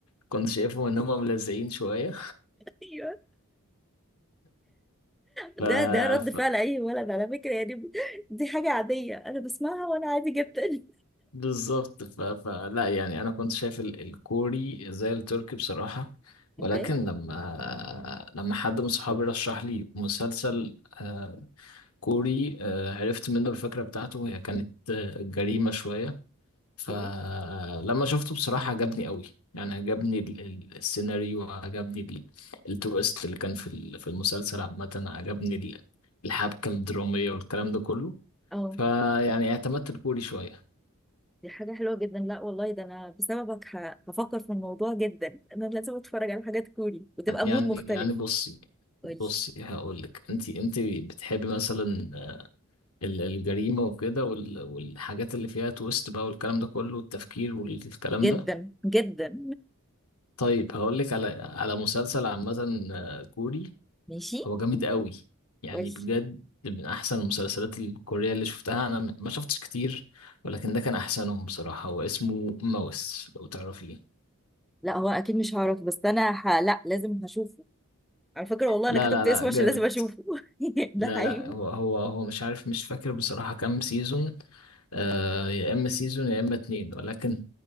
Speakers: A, on the left (about 80°); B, in the centre.
A: كنت شايفهم إن هم ملزقين شوية
B: ايوه ده
A: ف...
B: ده رد
A: ف...
B: فعل اي ولد على فكره يعني دي حاجه عاديه انا بسمعها وانا عادي جدا
A: بالظبط ف... فلا يعني أنا كنت شايف ال- الكوري زي التركي بصراحة ولكن
B: اوكي
A: لما لما حد من صحابي رشح لي مسلسل آه، كوري آه، عرفت منه الفكرة بتاعته هي كانت آه، جريمة شوية فلما
B: اوكي
A: شفته بصراحة عجبني قوي يعني عجبني ال- ال- السيناريو عجبني ال- التويست اللي كان في ال- في المسلسل عامة عجبني ال- الحبكة الدرامية والكلام ده كله
B: اه
A: فيعني اعتمدت الكوري شوية
B: دي حاجة حلوة جدا لا والله ده أنا بسببك ه- هفكر في الموضوع جدا أنا لازم أتفرج على حاجات كوري وتبقى
A: يعني
B: مود مختلف
A: يعني بصي
B: قولي
A: بصي هقول لك انت انت بتحبي مثلا ال- الجريمة وكده وال- والحاجات اللي فيها تويست بقى والكلام ده كله والتفكير والكلام
B: جدا
A: ده
B: جدا
A: طيب هقول لك على على مسلسل عامة آه، كوري
B: ماشي
A: هو جامد قوي يعني
B: قولي
A: بجد من احسن المسلسلات الكورية اللي شفتها انا م- ما شفتش كتير ولكن ده كان احسنهم بصراحة هو اسمه ماوس لو تعرفيه
B: لا هو أكيد مش هعرف بس أنا ه... لا لازم هشوفه على فكرة والله
A: لا
B: أنا كتبت
A: لا لا
B: اسمه
A: جامد
B: عشان لازم أشوفه <laughs> ده
A: لا
B: حقيقي
A: لا هو هو هو مش عارف مش فاكر بصراحة كام سيزون آه يا اما سيزون يا اما اتنين ولكن